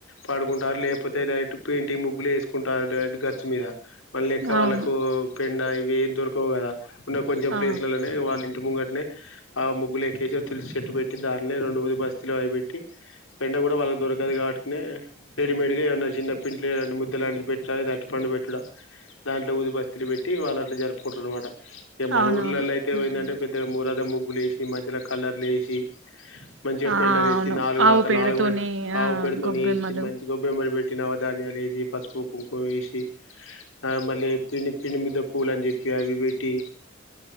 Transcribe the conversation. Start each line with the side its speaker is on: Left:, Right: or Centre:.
Left: పడుకుంటారు లేకపోతే డైరెక్ట్ పెయింటింగ్ ముగ్గులు వేసుకుంటారు డైరెక్ట్ గచ్ మీద మనలెక్క వాళ్ళకు
Right: అవును
Left: పెండ ఇవి ఏం దొరకవు కదా ఉన్న కొంచెం
Right: ఆ
Left: ప్లేస్లలోనే వాళ్ళ ఇంటి ముంగటనే ఆ ముగ్గులు ఎక్కేసి తులిసి చెట్టు పెట్టి దాన్నే రెండు ఊది బస్తీలు అవి పెట్టి పెండ కూడా వాళ్ళకి దొరకదు కాట్కునే రెడీమేడ్గా ఏమన్నా చిన్న పింట్లు ముద్దలంటిది పెట్టుడ లేదా అరటిపండు పెట్టుడా దాంట్లో ఊది బస్తీలు పెట్టి వాళ్ళ అట్ల జరుపుకుంటారు అన్నమాట ఇక మన
Right: అవునవును
Left: ఊర్లలో అయితేందంటే
Right: ఉమ్.
Left: పెద్దగా ఊరంత ముగ్గు గ్గులేసి మధ్యలో కలర్లు ఎసి మంచిగా
Right: ఆ
Left: పెండ తెచ్చి
Right: అవును
Left: నాలుగు
Right: ఆవు
Left: రకా
Right: పేడతోని
Left: నాలుగు వైపు ఆవు
Right: ఆ
Left: పెడతోనే
Right: గొబ్బెమ్మలు
Left: ఎసి మంచి గొబ్బెమ్మని పెట్ట్ పెట్టినవధాన్యాలు వేసి పసుపు కుంకుమ వేసి ఆ మళ పిని పిని మీద పూలు అని చెప్పి అవి పెటి